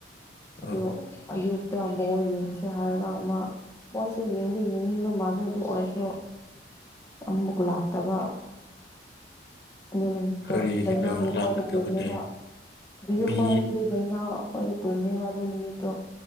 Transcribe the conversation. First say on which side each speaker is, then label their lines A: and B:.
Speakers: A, on the left; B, on the left.
A: ꯑꯗꯨ
B: ꯑꯧ
A: ꯑꯌꯨꯛꯇ ꯕꯣꯜ ꯌꯦꯡꯁꯦ ꯍꯥꯏꯔꯒ ꯑꯃ ꯃꯣꯏꯁꯨ ꯌꯦꯡꯗꯤ ꯌꯦꯡꯅꯤꯡꯕ ꯃꯥꯜꯂꯦ ꯑꯗꯨ ꯑꯣꯏꯔꯁꯨ ꯑꯃꯨꯛ ꯂꯥꯛꯇꯕ ꯑꯗꯨ ꯅꯨꯃꯤꯠꯇꯣ
B: ꯀꯔꯤꯒꯤꯅꯣ
A: ꯗꯩꯅꯥꯒꯤ ꯈꯣꯏꯗ
B: ꯂꯥꯛꯀꯗꯕꯅꯦ
A: ꯇꯨꯝꯃꯦꯕ ꯑꯗꯨꯒꯤ ꯑꯩꯈꯣꯢ
B: ꯃꯤ
A: ꯑꯅꯤꯗꯤ ꯒꯩ ꯅꯥꯎ ꯑꯈꯣꯏꯗ ꯇꯨꯝꯃꯦꯕ ꯑꯗꯨ ꯅꯨꯃꯤꯠꯇꯣ